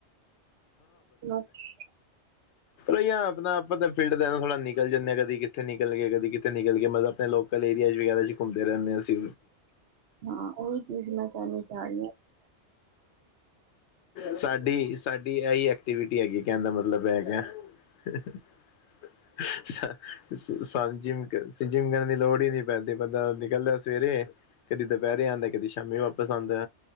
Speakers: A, on the right; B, on the left.
A: <unintelligible>
B: <inaudible> ਏ ਆਪਨਾ ਆਪਾਂ ਤਾਂ ਫਿਲਡ ਦਾ ਥੋੜਾ ਨਿਕਲ ਜਾਨੇ ਆਂ ਕਦੀ ਕਿੱਥੇ ਨਿਕਲਗੇ ਕਦੀ ਕਿੱਥੇ ਨਿਕਲਗੇ ਮਤਲਬ ਪਹਿਲੋਂ ਕਲ ਏਰੀਆ 'ਚ ਵੀ ਕਹਿ ਰਹੇ ਘੁੰਮ ਫਿਰ ਆਣੇ ਅਸੀ
A: ਹਾਂ ਓਈ ਚੀਜ ਮੈਂ ਕਹਿਨੀ ਚਾਅ ਰਹੀ ਆਂ
B: ਸਾਡੀ- ਸਾਡੀ ਏਹੀ ਐਕਟੀਵਿਟੀ ਹੈਗੀ ਏ ਕਹਿਨ ਦਾ ਮਤਲਬ ਏ ਹੈਗਾ। <unintelligible> ਜਿਮ ਕਰਨ ਦੀ ਲੋੜ ਈ ਨੀ ਪੈਂਦੀ ਬੰਦਾ ਨਿਕਲਦਾ ਸਵੇਰੇ ਕਦੀ ਦੁਪਿਹਰੇ ਆਂਦਾ ਕਦੀ ਸ਼ਾਮੀ ਵਾਪ ਪ ਆਂਦਾ।